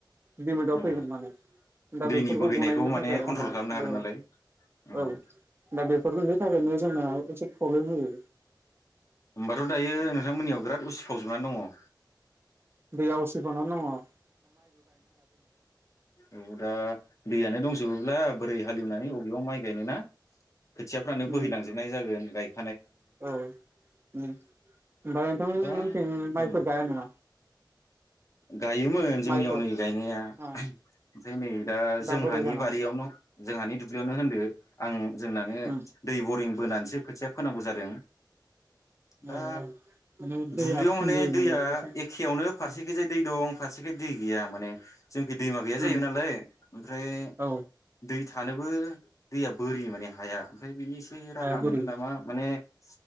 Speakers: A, on the right (about 30°); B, on the left (about 40°).
A: लिमिटआव
B: उम
A: फैगोन माने दा
B: दैनि
A: बेफोरखौ
B: बोहैनायखौ
A: बनायनो थाखाय
B: कन्ट्रल
A: माने
B: खालामनो हागोन
A: औ
B: नालाय उम
A: औ दा बे <unintelligible> थाखायनो जोंना एसे प्रब्लेम होयो।
B: होमबाथ' दायो नोंथांमोननियाव बिराद उसिफावजोबनानै दङ?
A: दैआ उसिफावनानै दं।
B: औ दा दैयानो दंसै। जोबोब्ला बोरै हालेवनानै बबेयाव माइ गायनो ना। खोथियाफ्रानो
A: उम
B: बोहैलांजोबनाय जागोन <unintelligible>
A: औ ओमफ्राय ओम नोंथांमोनथिं
B: दा
A: माइफोर
B: उम
A: गाया नामा?
B: गायोमोन। जोंनियाव
A: माइफोर
B: नै गायनाया
A: ओ
B: ओमफ्राय नै दा जोंहानि
A: बोरै जानानै
B: बारियावनो जोंहानि दुब्लियावनो होनदो आं जोंनानो
A: उम
B: दै बरिं बोनानैसो खोथिया फोनांगौ जादों।
A: औ
B: दा
A: औ माने दैया
B: दुब्लियाव
A: खम
B: माने
A: जायो
B: दैया
A: अखा
B: एखेयावनो फारसेखैजाय दै दं फारसे दै गैया माने जोंखि दैमा गैया
A: उम
B: जाय नालाय ओमफ्राय
A: औ
B: दै थानोबो दैया बोरि माने हाया ओमफ्राय बिनि <unintelligible> एसे
A: हाया
B: राहा
A: बोरि
B: मोनगोन नामा माने ओ